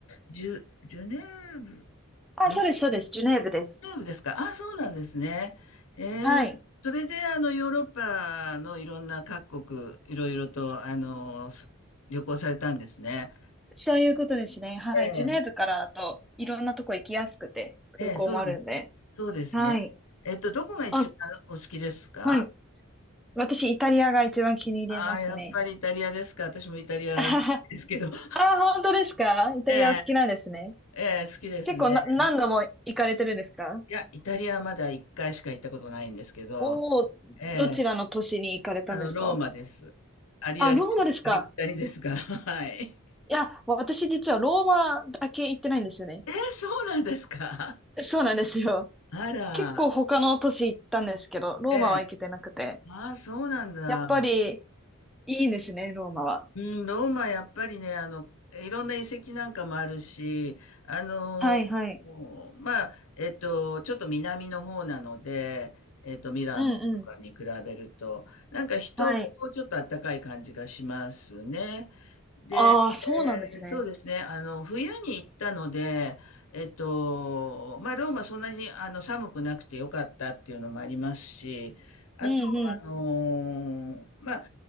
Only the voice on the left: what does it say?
ジュ、ジュネーブ、
どこジ
ュネーブですかあ、そうなんですね。えーそれであのヨーロッパのいろんな各国、
いろいろとあの、す旅行されたんですね。
ええ、
ええ、そうです。そうですね。
えっと、どこが一番お好きですか
ああ、やっぱりイタリアですか。私もイタリアなんですけど。
<laughs>
ええ、ええ、好きですね。
いや、イタリアまだ一回しか行ったことないんですけど、
ええ
あの、ローマです。ありありです。
ありきたりですが、<laughs> はい。
えー、そうなんですか。
あら、
ええ、ああ、そうなんだ。
うん、ローマやっぱりね、あの、いろんな遺跡なんかもあるし、あの、
もうまあ、えっと、ちょっと南の方なので、えっと、ミラノとかに比べると、
なんか人もちょっと暖かい感じがしますね。
で、
えーそうですね、あの、冬に行ったので、えっと、まあ、ローマそんなにあの寒くなくてよかったっていうのもありますし、あと、
あのーまあ、